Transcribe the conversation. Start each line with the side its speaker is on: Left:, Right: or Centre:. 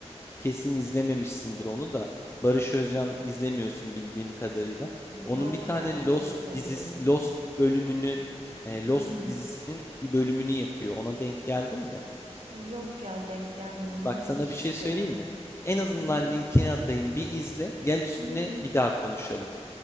Left: Kesin izlememişsindir onu da. Barış Özcan izlemiyorsun bildiğim kadarıyla. Onun
Right: Yok
Left: bir tane
Right: ya
Left: Lost
Right: çok sevmiyorum.
Left: dizisi, Lost bölümünün, e,
Right: Hı
Left: Lost
Right: hı.
Left: dizisinin bir bölümünü yapıyor. Ona denk geldin mi?
Right: E, Yok ya denk gelmedim.
Left: Bak
Right: Nasıl
Left: sana
Right: bir şey
Left: bir şey
Right: ki?
Left: söyleyeyim mi? En azından
Right: Hı hı.
Left: linkini atayım, bir izle. Gel üstüne
Right: Hı hı.
Left: bir daha konuşalım.